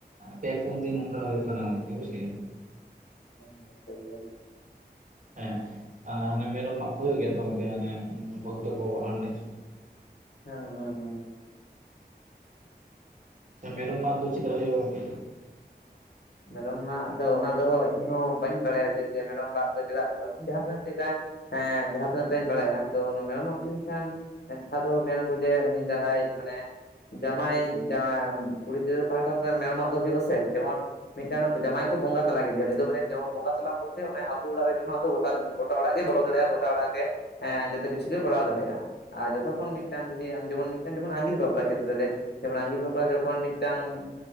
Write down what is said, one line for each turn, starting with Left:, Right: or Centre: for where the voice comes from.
Right: ᱯᱮ ᱯᱩᱱ ᱫᱤᱱ ᱚᱱᱠᱟ ᱦᱩᱭᱩᱜ ᱠᱟᱱᱟ ᱵᱩᱡ ᱠᱮᱜ-ᱟ᱾
Left: <unintelligible>
Right: ᱦᱮᱸ ᱦᱟᱱᱮ ᱢᱮᱨᱚᱢ ᱢᱟᱜ ᱠᱚ ᱦᱩᱭᱩᱜ ᱜᱮᱭᱟ ᱛᱚ ᱜᱚᱝᱠᱮ ᱦᱟᱱᱮ ᱵᱟᱹᱦᱩ ᱛᱟᱠᱚ ᱦᱟᱸᱰᱮ
Left: ᱦᱮᱸ ᱦᱮᱸ ᱦᱮᱸ
Right: ᱢᱮᱨᱚᱢ ᱢᱟᱜ ᱫᱚ ᱪᱮᱜᱠᱟ ᱦᱩᱭᱩᱜᱼᱟ ᱜᱚᱝᱠᱮ
Left: ᱢᱮᱨᱚᱢ ᱢᱟᱜ ᱫᱚ ᱚᱱᱟ ᱫᱚ ᱤᱧᱦᱚᱸ ᱵᱟᱹᱧ ᱵᱟᱲᱟᱭᱟ ᱡᱮ ᱢᱮᱨᱚᱢ ᱢᱟᱜ ᱫᱚ ᱪᱮᱫᱟᱜ ᱡᱟᱦᱟᱸ ᱛᱤᱱᱟᱹᱜ ᱞᱮᱠᱟ ᱦᱮᱸ ᱡᱟᱦᱟᱸ ᱛᱤᱱᱟᱹᱜ ᱵᱤᱱ ᱵᱟᱲᱟᱭᱟ ᱛᱚ ᱚᱱᱟ ᱢᱮᱨᱚᱢᱟᱜ ᱫᱚ ᱡᱟᱱᱤᱡ ᱠᱷᱟᱱ <unintelligible> ᱫᱚ ᱢᱮᱱᱟᱠᱚ ᱡᱮ ᱩᱱᱤ ᱡᱟᱦᱟᱸᱭ ᱢᱟᱱᱮ ᱡᱟᱢᱟᱭ ᱡᱟᱭ ᱠᱩᱲᱤ ᱜᱤᱫᱽᱨᱟᱹ ᱯᱟᱦᱴᱟ ᱢᱮᱨᱚᱢᱟᱜ ᱫᱚ ᱦᱩᱭᱩᱜᱼᱟ ᱥᱮ ᱡᱮᱢᱚᱱ ᱢᱤᱫᱴᱟᱝ ᱡᱟᱢᱟᱭ ᱠᱚ ᱵᱚᱸᱜᱟ ᱛᱞᱟ ᱠᱮᱫᱮᱭᱟ ᱩᱱᱤ ᱫᱚ ᱢᱟᱱᱮ ᱡᱮᱢᱚᱱ ᱵᱚᱸᱜᱟ ᱛᱟᱞᱟ ᱵᱚᱞᱛᱮ ᱟᱹᱠᱩ ᱚᱲᱟᱜ ᱨᱮ ᱡᱮᱢᱚᱱ ᱟᱫᱚ ᱜᱚᱴᱟ ᱜᱚᱴᱟ ᱚᱲᱟᱜ ᱜᱮ ᱵᱚᱞᱚ ᱫᱟᱲᱮᱭᱟᱜᱼᱟ ᱜᱚᱴᱟ ᱚᱲᱟᱜ ᱜᱮ ᱮᱸ ᱡᱚᱛᱚ ᱠᱤᱪᱷᱩ ᱜᱮ ᱠᱚᱨᱟᱣ ᱫᱟᱲᱮᱭᱟᱜᱼᱟ ᱟᱨ ᱡᱚᱛᱚ ᱠᱷᱚᱱ ᱢᱤᱫᱴᱟᱝ ᱡᱩᱫᱤ ᱡᱮᱢᱚᱱ ᱢᱤᱫᱴᱟᱝ ᱡᱮᱢᱚᱱ ᱟᱸᱜᱤᱨ ᱵᱟᱯᱞᱟ ᱠᱷᱮᱛᱨᱮ ᱨᱮ ᱡᱮᱢᱚᱱ ᱟᱸᱜᱤᱨ ᱵᱟᱯᱞᱟ ᱡᱚᱠᱷᱚᱱ ᱢᱤᱫᱴᱟᱝ